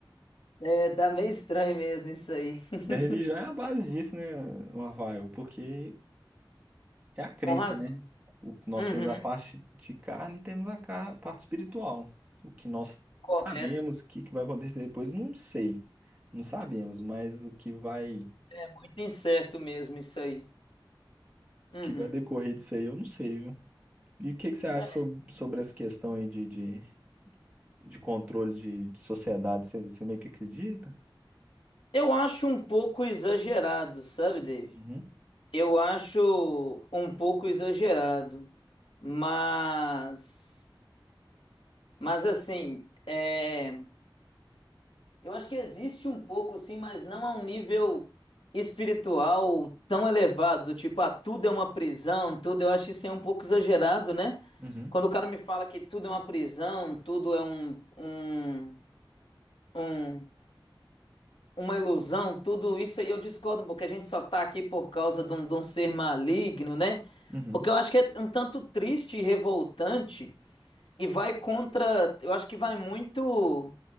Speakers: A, on the left; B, on the right.
A: É, tá meio estranho mesmo isso aí. <laughs>
B: E a religião é a base disso, né, Rafael? Porque é a crença,
A: Com razão.
B: né? O que nós
A: Uhum,
B: temos a parte de carne e temos a ca- parte espiritual. O que nós
A: correto.
B: sabemos que que vai acontecer depois, não sei. Não sabemos, mas o que vai
A: É muito incerto mesmo isso aí. Uhum.
B: que vai decorrer disso aí, eu não sei, viu? E o que que você acha
A: É,
B: sobre, sobre essa questão aí de, de, de controle de, de sociedade? Você, você meio que acredita?
A: Eu acho um pouco exagerado, sabe, David?
B: Uhum,
A: Eu acho um pouco exagerado, mas Mas assim, é, eu acho que existe um pouco, sim, mas não a um nível espiritual tão elevado, do tipo, ah, tudo é uma prisão, tudo, eu acho isso aí um pouco exagerado, né?
B: uhum,
A: Quando o cara me fala que tudo é uma prisão, tudo é um, um, um- uma ilusão, tudo isso aí eu discordo, porque a gente só tá aqui por causa de um, de um ser maligno, né?
B: uhum.
A: Porque eu acho que é um tanto triste e revoltante e vai contra, eu acho que vai muito